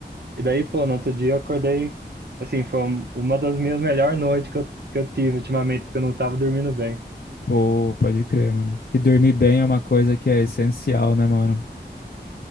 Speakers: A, on the right; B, on the left.
A: E daí, pô, no outro dia eu acordei, assim, foi um- uma das minhas melhores noites que eu, que eu tive ultimamente, porque eu não tava dormindo bem.
B: pô, pode crer, mano. E dormir bem é uma coisa que é essencial, né, mano?